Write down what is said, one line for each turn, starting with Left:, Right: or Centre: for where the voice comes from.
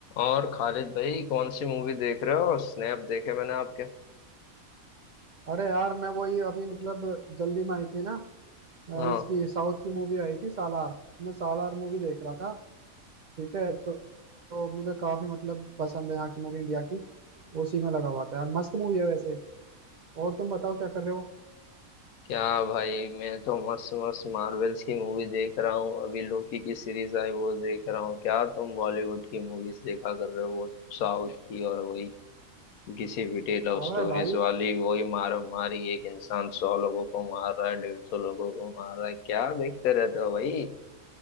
Left: और खालिद भाई कौन सी मूवी देख रहे हो स्नैप देखे मैंने आपके
Right: अरे यार मैं वही अभी मतलब जल्दी में आई थी ना अ,
Left: हाँ
Right: इसकी साउथ की मूवी आई थी सालार मैं सालार मूवी देख रहा था ठीक है तो, तो मुझे काफी मतलब पसंद है यहाँ की मूवी इंडिया की उसी में लगा हुआ था यार मस्त मूवी है वैसे और तुम बताओ क्या कर रहे हो
Left: क्या भाई मैं तो मस्त मस्त मार्वल्स की मूवी देख रहा हूँ अभी लोकी की सीरीज आई वो देख रहा हूँ क्या तुम बॉलीवुड की मूवीज देखा कर रहे हो वो साउथ की और वही किसी पिटी लव
Right: अबे
Left: स्टोरीज
Right: भाई
Left: वाली वही मार मारी एक इंसान सौ लोगों को मार रहा है डेढ़ सौ लोगों को मार रहा है क्या देखते रहते हो भाई